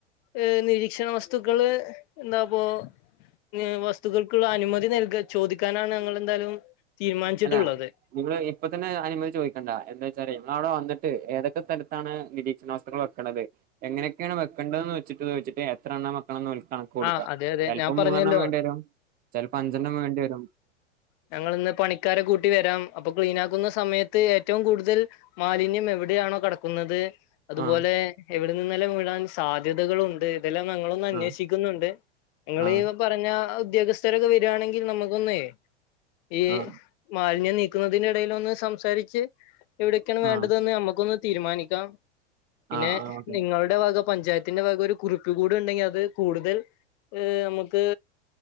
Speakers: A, on the left (about 40°); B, on the right (about 25°).
A: ഏഹ് നിരീക്ഷണ വസ്തുക്കള് എന്താപ്പോ ഏഹ് വസ്തുക്കൾക്കുള്ള അനുമതി നൽക ചോദിക്കാനാണ് ഞങ്ങളെന്തായാലും തീരുമാനിച്ചിട്ടുള്ളത്
B: അല്ല നിങ്ങള് ഇപ്പ തന്നെ അനുമതി ചോദിക്കണ്ട എന്തെ വെച്ചാലേ നിങ്ങളവിടെ വന്നിട്ട് ഏതൊക്കെ സ്ഥലത്താണ് നിരീ സ്നോസ്റ്ററ് വെക്ക്ണത് എങ്ങനെക്കേണ് വെക്കണ്ടത് ന്നോയ്ച്ച്ട്ട് യ്ച്ചിട്ട് എത്ര എണ്ണം വെക്കണം നോൽക്കണം കൊട്ക്കാ
A: ആ അതെ അതെ
B: ചെൽപ്പൊ
A: ഞാൻ പറഞ്ഞല്ലോ
B: മൂന്നെണ്ണം വേണ്ട്യാരും ചെൽപ്പൊ അഞ്ചെണ്ണം വേണ്ട്യാരും
A: ഞങ്ങള് ഇന്ന് പണിക്കാരെ കൂട്ടി വരാം അപ്പൊ ക്ലീൻ ആക്കുന്ന സമയത്ത് ഏറ്റവും കൂടുതൽ മാലിന്യം എവിടെയാണൊ കടക്കുന്നത് അതുപോലെ
B: ആഹ്
A: എവിടെ നിന്നെല്ലാം വിടാൻ സാധ്യതകളുണ്ട് ഇതെല്ലാം ഞങ്ങളൊന്ന് അന്വേഷ്
B: ആഹ്
A: ഷിക്കുന്ന്ണ്ട് നിങ്ങളീ
B: ആഹ്
A: പറഞ്ഞ ആഹ് ഉദ്യോഗസ്ഥരൊക്ക വരാണെങ്കിൽ നമ്മുക്കൊന്നെ ഈ
B: ആഹ്
A: മാലിന്യം നീക്ക്ന്നതിന്റെ എടയിലൊന്ന് സംസാരിച്ച് എവിടെക്കേണ് വേണ്ടതൊന്ന്
B: ആഹ്
A: ഞമ്മക്കൊന്ന് തീര്മാനിക്കാം പിന്നെ
B: ആഹ് ആഹ് ഓക്കെ
A: നിങ്ങളുടെ വക പഞ്ചായത്തിന്റെ വക ഒരു കുറിപ്പ് കൂടുണ്ടെങ്കി അത് കൂടുതൽ ഏഹ് നമുക്ക്